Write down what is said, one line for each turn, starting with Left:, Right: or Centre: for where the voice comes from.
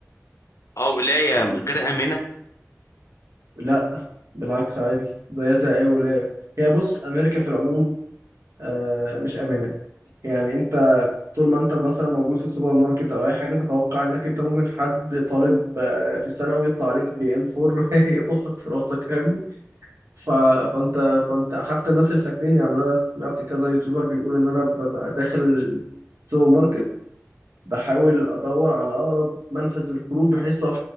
Left: او ولايه
Right: آه
Left: غير امنه
Right: لا بالعكس عادي زيها زي أي ولاية هي بص أمريكا في العموم آه مش آمنة يعني أنت طول ما أنت مثلا موجود في سوبر ماركت أو أي حاجة فتوقع إنك أنت ممكن حد طالب آه، في ثانوي يطلع عليك بي إم 4 <laughs> يطخك في راسك فاهم ف... فانت فانت حتى الناس اللي ساكنين يعني انا سمعت كذا يوتيوبر بيقول ان انا ببقى داخل السوبر ماركت بحاول ادور على اقرب منفذ للخروج بحيث لو